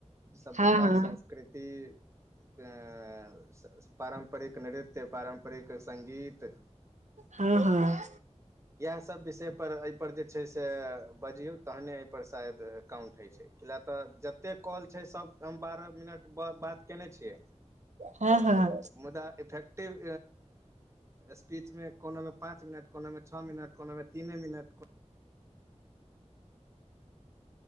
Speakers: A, on the right; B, on the right.
A: सभ्यता
B: हँ हँ
A: संस्कृति अ पारम्परिक नृत्य पारम्परिक संगीत
B: हँ हँ
A: इएहसभ विषयपर ऐे पर जे छै से बजियौ तहने ऐ पर शायद काउंट होइ छै कि लए तऽ जतेक कॉल छै सब हम बारह मिनट बात केयने छियै
B: हँ हँ
A: मुद्दा इफेक्टिव स्पीच मे कोनो मे पाँच मिनट कोनो मे छओ मिनट कोनो मे तीने मिनट को